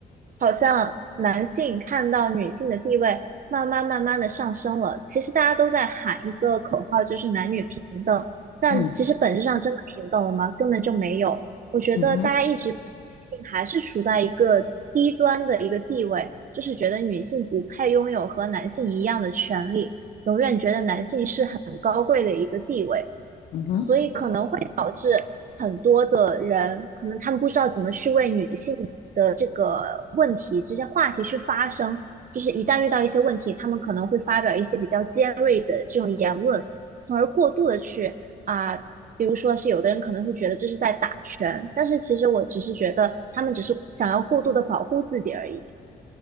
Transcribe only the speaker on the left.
嗯
嗯哼，
嗯哼。